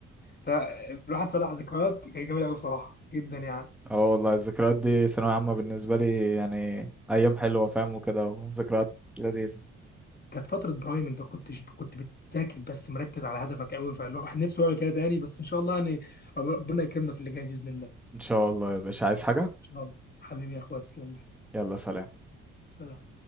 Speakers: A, on the left (about 35°); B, in the centre.
A: ف- الواحد فتح ذكريات كانت جميله قوي بصراحه جدا يعني
B: اه والله الذكريات دي ثانوية عامة بالنسبة لي يعني أيام حلوة فاهم وكده وذكريات لذيذة
A: كانت فتره برايم انت كنتش كنت بتذاكر بس مركز على هدفك قوي فالواحد نفسه يعمل كده تاني بس ان شاء الله يعني ربنا يكرمنا في اللي جاي باذن الله ان
B: ان شاء الله يا باشا عايز حاجة
A: شاء الله حبيبي يا اخويا تسلم لي
B: يلا سلام
A: سلام